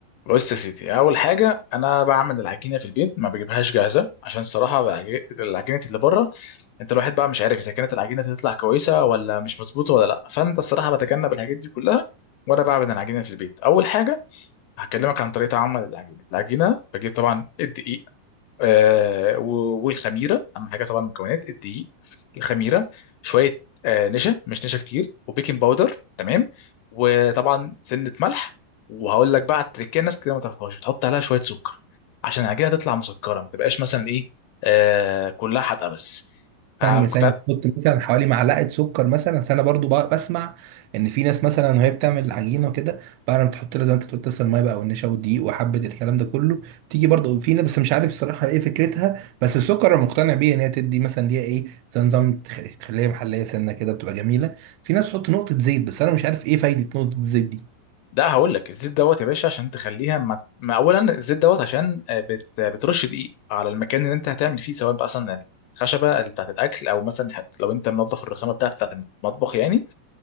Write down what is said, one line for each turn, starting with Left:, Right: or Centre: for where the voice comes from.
Left: بص يا سيدي اول حاجه انا بعمل العجينه في البيت ما بجيبهاش جاهزه عشان الصراحه بعج- العجينه اللي بره انت الواحد بقى مش عارف اذا كانت العجينه تطلع كويسه ولا مش مظبوطه ولا لا فانت الصراحه بتجنب الحاجات دي كلها وانا بعمل العجينه في البيت اول حاجه هكلمك عن طريقه عمل العجينه العجينه بجيب طبعا الدقيق آه، و- والخميره اهم حاجه طبعا المكونات الدقيق الخميره شويه آه، نشا مش نشا كتير وبيكنج باودر تمام وطبعا سنه ملح وهقول لك بقى على التركيه ناس كتير ما تعرفهاش بتحط عليها شويه سكر عشان العجينه تطلع مسكره ما تبقاش مثلا ايه آه كلها حادقه بس آه،
Right: ثانية
Left: كنت
Right: ثانية تحط مثلا حوالي معلقة سكر مثلا أصل أنا برضو بق- بسمع إن في ناس مثلا وهي بتعمل العجينة وكده بعد ما تحط لها زي ما أنت تقول تسلق المية بقى والنشا والدقيق وحبة الكلام ده كله تيجي برضو في ناس بس مش عارف الصراحة إيه فكرتها بس السكر أنا مقتنع بيه إن هي تدي مثلا ليها إيه زي نظام تخ- تخليها محلية سنة كده بتبقى جميلة في ناس تحط نقطة زيت بس أنا مش عارف إيه فايدة نقطة الزيت دي
Left: ده هقول لك الزيت دوت يا باشا عشان تخليها ما... ما اولا الزيت دوت عشان آه، بت... بترش دقيق على المكان اللي انت هتعمل فيه سواء بقى مثلا الخشبه اللي بتاعت الاكل او مثلا حت- لو انت منظف الرخامه بتاعت بتاعت المطبخ يعني